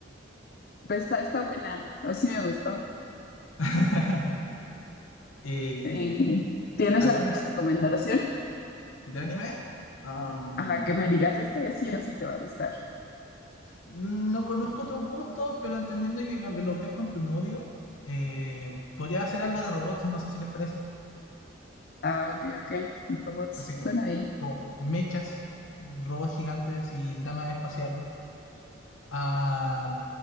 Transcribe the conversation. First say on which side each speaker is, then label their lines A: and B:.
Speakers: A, on the left; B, on the left.
A: pues está, está buena, o sí me gustó.
B: <laughs> Eh,
A: Eh, ¿tienes
B: ¿algunas
A: alguna recomendación?
B: de anime? Um,
A: Ajá, que me digas, este sí o sí te va a gustar.
B: No conozco tus gustos, pero entendiendo que con- los ves con tu novio, eh, podría hacer algo de robots, no sé si les parece.
A: Ah, ok, ok, robots,
B: Así como,
A: suena bien.
B: como mechas, robots gigantes y dramas espaciales. Ah,